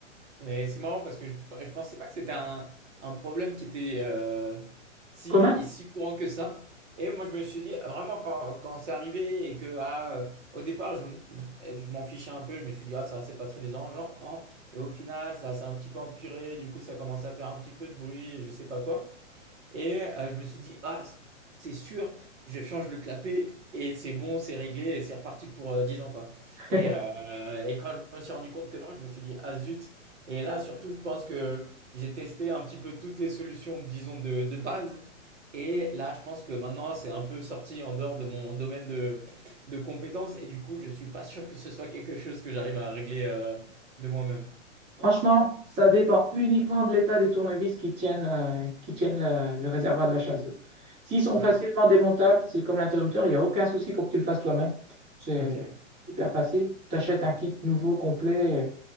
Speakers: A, on the right; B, on the right.
A: Mais c'est marrant parce que je, je pensais pas que c'était un, un problème qui était euh, si,
B: Commun?
A: si courant que ça. Et moi, je me suis dit, ah, vraiment, quand, quand c'est arrivé et que, ah, euh, au départ, je, m- je m'en fichais un peu, je me suis dit, ah, ça, c'est pas très dérangeant. hein. Et au final, ça s'est un petit peu empiré, du coup, ça commence à faire un petit peu de bruit, et je sais pas quoi. Et euh, je me suis dit, ah, c'est sûr, je change le clapet et c'est bon, c'est réglé et c'est reparti pour euh, 10 ans, quoi.
B: <laughs>
A: Et, euh, et quand je me suis rendu compte que non, je me suis dit, ah zut. Et là, surtout, je pense que j'ai testé un petit peu toutes les solutions, disons, de, de base. Et là, je pense que maintenant, c'est un peu sorti en dehors de mon domaine de, de compétences. Et du coup, je suis pas sûr que ce soit quelque chose que j'arrive à régler euh, de moi-même.
B: Franchement, ça dépend uniquement de l'état des tournevis qui tiennent, euh, qui tiennent la- le réservoir de la chasse d'eau. S'ils sont
A: Ouais,
B: facilement démontables, c'est comme l'interrupteur, il n'y a aucun souci pour que tu le fasses toi-même. C'est
A: ok.
B: hyper facile. Tu achètes un kit nouveau, complet.